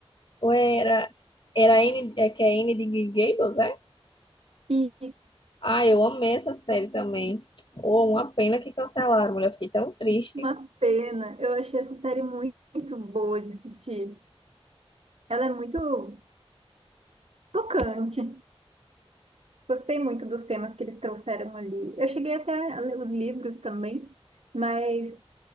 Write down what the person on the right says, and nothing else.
E
uma pena, eu achei essa série muito, boa de assistir. Ela é muito tocante. Gostei muito dos temas que eles trouxeram ali. Eu cheguei até a ler os livros também, mas